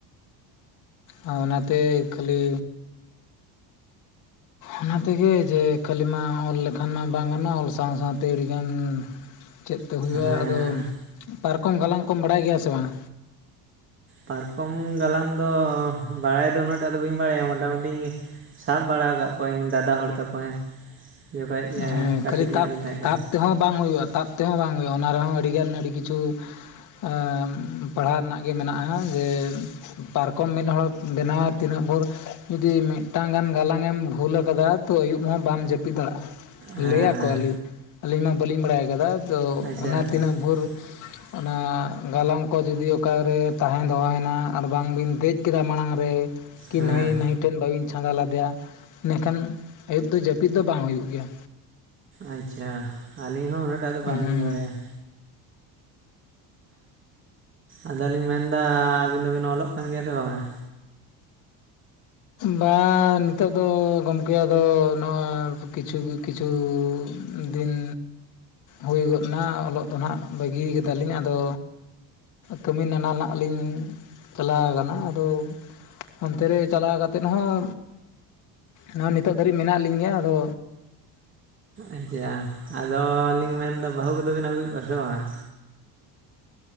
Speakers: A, on the left; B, on the right.
A: ᱟᱨ ᱚᱱᱟᱛᱮ ᱠᱷᱟᱹᱞᱤ ᱚᱱᱟ ᱛᱮᱜᱮ ᱡᱮ ᱠᱷᱟᱹᱞᱤ ᱢᱟ ᱚᱞ ᱞᱮᱠᱷᱟᱱ ᱢᱟ ᱵᱟᱝ ᱜᱟᱱᱚᱜᱼᱟ ᱚᱞ ᱥᱟᱶ ᱥᱟᱶᱛᱮ ᱟᱹᱰᱤᱜᱟᱱ ᱪᱮᱫ ᱛᱮ ᱦᱩᱭᱩᱜᱼᱟ
B: ᱦᱮᱸ
A: ᱟᱫᱚ ᱯᱟᱨᱠᱚᱢ ᱜᱟᱞᱟᱝ ᱠᱚᱢ ᱵᱟᱲᱟᱭ ᱜᱮᱭᱟ ᱥᱮ ᱵᱟᱝ?
B: ᱯᱟᱨᱠᱚᱢ ᱜᱟᱞᱟᱝ ᱫᱚ ᱵᱟᱲᱟᱭ ᱫᱚ ᱩᱱᱟᱹᱜ ᱴᱟᱜ ᱫᱚ ᱵᱟᱹᱧ ᱵᱟᱲᱟᱭᱟ ᱢᱚᱴᱟᱢᱩᱴᱤ ᱥᱟᱵ ᱵᱟᱲᱟ ᱟᱠᱟᱫ ᱠᱚᱣᱟᱹᱧ ᱫᱟᱫᱟ ᱦᱚᱲ ᱛᱟᱠᱚ ᱦᱮᱸ ᱡᱚᱠᱷᱚᱡ
A: ᱦᱮᱸ
B: ᱠᱟᱹᱴᱤᱡ
A: ᱠᱷᱟᱹᱞᱤ
B: ᱧᱚᱜ
A: ᱛᱟᱯ
B: ᱞᱤᱧ ᱛᱟᱦᱮᱸ ᱠᱟᱱᱟ᱾
A: ᱛᱟᱯ ᱛᱮᱦᱚᱸ ᱵᱟᱝ ᱦᱩᱭᱩᱜᱼᱟ ᱛᱟᱯ ᱛᱮᱦᱚᱸ ᱵᱟᱝ ᱦᱩᱭᱩᱜᱼᱟ ᱚᱱᱟ ᱨᱮᱦᱚᱸ ᱟᱹᱰᱤ ᱜᱟᱱ ᱟᱹᱰᱤ ᱠᱤᱪᱷᱩ ᱮᱸᱻ ᱯᱟᱲᱦᱟᱣ ᱨᱮᱱᱟᱜ ᱜᱮ ᱢᱮᱱᱟᱜᱼᱟ ᱡᱮ ᱯᱟᱨ ᱠᱚᱢ ᱢᱤᱫ ᱦᱚᱲ ᱲᱮᱢ ᱵᱮᱱᱟᱣᱟ ᱛᱤᱱᱟᱹᱜ ᱵᱷᱳᱨ ᱡᱩᱫᱤ ᱢᱤᱫᱴᱟᱝ ᱜᱟᱱ ᱜᱟᱞᱟᱝ ᱮᱢ ᱵᱷᱩᱞ ᱟᱠᱟᱫᱟ᱾ ᱛᱚ ᱟᱹᱭᱩᱵ ᱦᱚᱸ ᱵᱟᱢ ᱡᱟᱹᱯᱤᱫ ᱫᱟᱲᱮᱭᱟᱜᱼᱟ᱾
B: ᱦᱮᱸ
A: ᱞᱟᱹᱭ ᱟᱠᱚ ᱟᱞᱤ ᱟᱹᱞᱤᱧ ᱢᱟ ᱵᱟᱹᱞᱤᱧ ᱵᱟᱲᱟᱭ ᱟᱠᱟᱫᱟ ᱛᱚ
B: ᱟᱪᱪᱷᱟ
A: ᱚᱱᱟ ᱛᱤᱱᱟᱹᱜ ᱵᱷᱳᱨ
B: <inaudible>
A: ᱚᱱᱟ ᱜᱟᱞᱟᱝ ᱠᱚ ᱡᱩᱫᱤ ᱚᱠᱟᱨᱮ ᱛᱟᱦᱮᱸ ᱫᱚᱦᱚᱭᱮᱱᱟ ᱟᱨ ᱵᱟᱝᱵᱤᱱ ᱫᱮᱡ ᱠᱮᱫᱟ ᱢᱟᱲᱟᱝ ᱨᱮ ᱠᱤ
B: ᱦᱮᱸ
A: ᱱᱟᱹᱭ ᱱᱟᱹᱭ ᱴᱷᱮᱱ ᱵᱟᱹᱵᱤᱧ ᱪᱷᱟᱸᱫᱟ ᱞᱮᱫᱮᱭᱟ ᱤᱱᱟᱹᱠᱷᱟᱱ ᱟᱹᱭᱩᱵ ᱫᱚ ᱡᱟᱹᱯᱤᱫ ᱫᱚ ᱵᱟᱝ ᱦᱩᱭᱩᱜ ᱜᱮᱭᱟ᱾
B: ᱟᱪᱪᱷᱟ ᱟᱹᱞᱤᱧ ᱦᱚᱸ ᱩᱱᱟᱹᱜᱴᱟᱜ ᱫᱚ ᱵᱟᱝ
A: ᱦᱮᱸ
B: ᱞᱤᱧ ᱵᱟᱲᱟᱭᱟ᱾ ᱟᱫ ᱞᱤᱧ ᱢᱮᱱᱫᱟ ᱟᱵᱤᱱ ᱫᱚᱵᱤᱱ ᱚᱞᱚᱜ ᱠᱟᱱ ᱜᱮᱭᱟ ᱥᱮ ᱵᱟᱝᱟ᱾
A: ᱵᱟᱝ ᱱᱤᱛᱚᱜ ᱫᱚ ᱜᱚᱝᱠᱮ ᱟᱫᱚ ᱱᱚᱜ-ᱚᱭ ᱠᱤᱪᱷᱩ ᱠᱤᱪᱷᱩ ᱫᱤᱱ ᱦᱩᱭ ᱜᱚᱫ ᱱᱟ ᱚᱞᱚᱜ ᱫᱚ ᱱᱟᱦᱟᱜ ᱵᱟᱹᱜᱤ ᱠᱮᱫᱟ ᱞᱤᱧ ᱟᱫᱚ ᱠᱟᱹᱢᱤ ᱱᱟᱱᱟ ᱞᱤᱧ ᱪᱟᱞᱟᱣ ᱠᱟᱱᱟ ᱟᱫᱚ ᱚᱱᱛᱮ ᱨᱮ ᱪᱟᱞᱟᱣ ᱠᱟᱛᱮ ᱛᱮᱫ ᱦᱚᱸ ᱱᱚᱣᱟ ᱱᱤᱛᱚᱜ ᱫᱷᱟᱹᱨᱤᱡ ᱢᱮᱱᱟᱜ ᱞᱤᱧ ᱜᱮᱭᱟ ᱟᱫᱚ
B: ᱟᱪᱪᱷᱟ ᱟᱫᱚ ᱞᱤᱧ ᱢᱮᱱᱫᱟ ᱵᱟᱹᱦᱩ ᱠᱚᱫᱚ ᱵᱤᱱ ᱟᱹᱜᱩ ᱠᱮᱫ ᱠᱚᱣᱟ ᱥᱮ ᱵᱟᱝ?